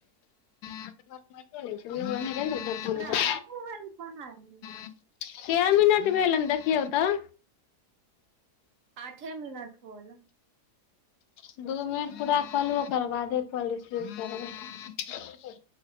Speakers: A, on the left; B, on the right.
A: एकरा त मारितो रहे
B: तोरा
A: छै
B: अपने मोबाइल मे फोन आयल रहौ
A: <unintelligible> कैय मिनट भेलैन देखियौ तऽ।
B: आठे मिनट। होल
A: ह। दू मिनट पूरा कऽ लिय ओकर बादे कॉल रिसीव करबैय।